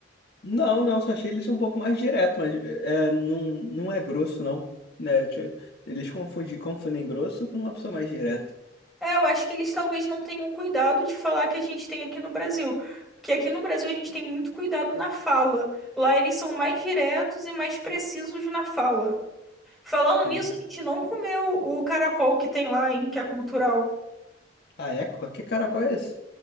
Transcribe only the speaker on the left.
Não, não, só achei eles um pouco mais direto, mas é, não, não é grosso, não. Né? Tipo, Eles confundem, confundem grosso com uma pessoa mais direta.
Sim.
Ah, é? Qual- Que caracol é esse?